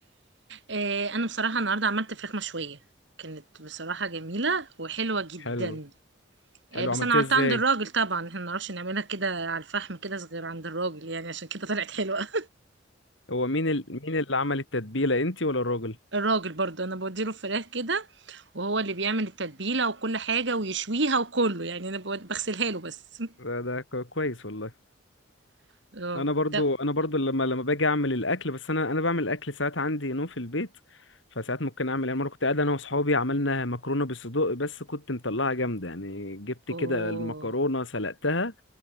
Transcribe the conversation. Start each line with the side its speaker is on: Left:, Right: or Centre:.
Right: آه انا بصراحه النهارده عملت فراخ مشويه كانت بصراحه جميله وحلوه جدا
Left: حلو
Right: آه
Left: حلو
Right: بس
Left: عملتيها
Right: انا عملتها
Left: ازاي
Right: عند الراجل طبعا احنا ما نعرفش نعملها كده على الفحم كده غير عند الراجل يعني عشان كده طلعت حلوه
Left: هو مين ال... مين اللي عمل التتبيله انت ولا الراجل
Right: <laughs> الراجل برضه انا بوديله الفراخ كده وهو اللي بيعمل التتبيله وكل حاجه ويشويها وكله يعني انا بود- بغسلها له بس
Left: ده, ده كويس والله
Right: <laughs> اه
Left: انا برضو
Right: ده
Left: انا برضو لما لما باجي اعمل الاكل بس انا انا بعمل الاكل ساعات عندي نوم في البيت فساعات ممكن اعمل يعني مره كنت قاعد انا واصحابي عملنا مكرونه بالصدق بس كنت مطلعها جامده يعني جبت
Right: اوه
Left: كده المكرونه سلقتها